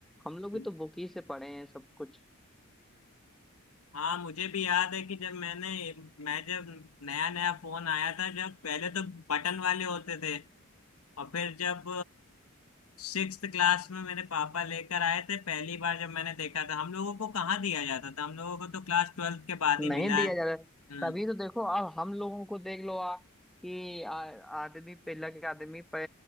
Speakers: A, in the centre; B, on the left.
A: हम लोग
B: हम्म,
A: भी तो बुक ही से पढ़े हैं सब कुछ
B: हाँ मुझे भी याद है कि जब मैंने मैं जब नया नया फोन आया था जब पहले तो बटन वाले होते थे और फिर जब सिक्स क्लास में मेरे पापा लेकर आए थे पहली बार जब मैंने देखा था हम लोगों को कहाँ दिया जाता था हम लोगों को तो क्लास ट्वेल्थ के बाद ही
A: नहीं
B: मिला
A: दिया
B: है
A: जा रहा
B: हम्म
A: तभी तो देखो अब हम लोगों को देख लो आ कि आ- आदमी पहला के आदमी पे